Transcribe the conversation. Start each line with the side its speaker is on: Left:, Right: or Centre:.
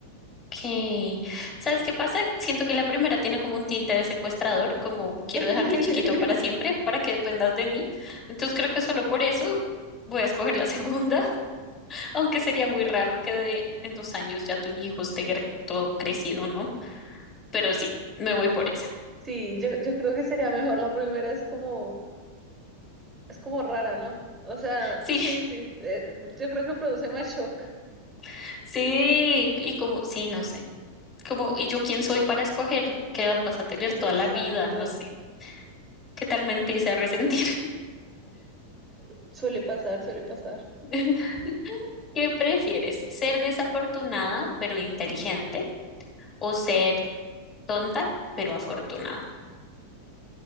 Left: ¿Qué? ¿Sabes qué pasa? Siento que la primera tiene como un tinte de secuestrador, como quiero
Right: <laughs>
Left: dejarte chiquito para siempre, para que dependas de mí. Entonces creo que solo por eso voy a escoger la segunda, <laughs> aunque sería muy raro que de- en dos años ya tu hijo esté gre- todo crecido, ¿no? Pero sí, me voy por esa.
Right: Sí, yo, yo creo que sería mejor. La primera es como, es como rara, ¿no? O sea,
Left: Sí,
Right: sí, sí, eh, yo creo que produce más shock.
Left: <laughs> sí, y como, sí, no sé. Como, ¿y yo quién soy para escoger qué edad vas a tener toda
Right: Exacto.
Left: la vida? No sé. ¿Qué tal me empiece a resentir?
Right: Suele pasar, suele pasar.
Left: <laughs> ¿Qué prefieres? ¿Ser desafortunada pero inteligente o ser tonta pero afortunada?